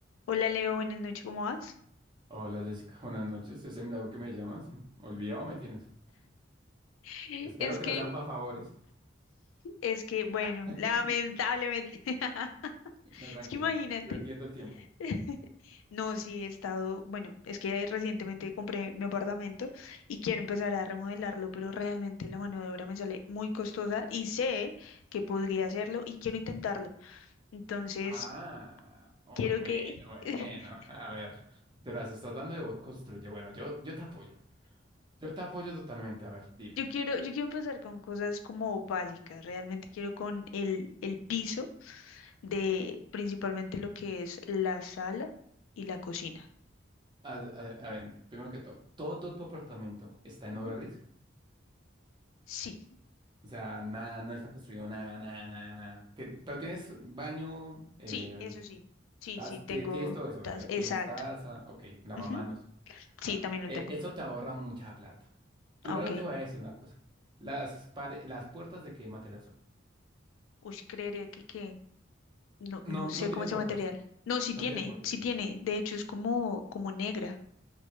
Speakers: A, on the left; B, on the right.
A: Hola Leo, buenas noches, ¿cómo vas?
B: Hola Jessica, <laughs> buenas noches. Ese milagro que me llamas, ¿olvidado me tienes?
A: <laughs>
B: Espero
A: Es
B: que
A: que,
B: las sean para favores.
A: es que, bueno,
B: <laughs>
A: lamentablemente, <laughs>
B: No, tranquila,
A: es que imagínate.
B: yo entiendo el tiempo.
A: <laughs> No, sí, he estado, bueno, es que recientemente compré mi apartamento y quiero empezar a remodelarlo, pero realmente la mano de obra me sale muy costosa y sé que podría hacerlo y quiero intentarlo. Entonces,
B: Ah, oh,
A: quiero
B: bueno,
A: que,
B: bueno,
A: <laughs>
B: a ver, te las estás dando de vos, construye. Bueno, yo, yo te apoyo, yo te apoyo totalmente. A ver, dime.
A: yo quiero, yo quiero empezar con cosas como básicas, realmente quiero con el, el piso. de principalmente lo que es la sala y la cocina.
B: A, a- a ver, primero que todo, ¿todo tu apartamento está en
A: Ujú.
B: obra gris?
A: Sí,
B: O sea, nada, no está construido, nada, nada, nada, nada. Tien- pero tienes baño, eh,
A: sí, eso sí. Sí,
B: Estás-
A: sí, tengo
B: ti- Tienes todo eso,
A: tas-
B: o sea,
A: Exacto.
B: tienes taza, ok, lavamanos.
A: Ujú. Sí,
B: Bueno,
A: también lo
B: e-
A: tengo.
B: eso te ahorra mucha plata. Primero
A: Ah, ok.
B: te voy a decir una cosa. Las, pare- las puertas de qué material son.
A: Uy, creería que, que no,
B: No,
A: no
B: no
A: sé
B: tiene
A: cómo es
B: puertas,
A: el material. No, sí
B: no
A: tiene,
B: tiene puertas.
A: sí tiene. De hecho, es como, como negra.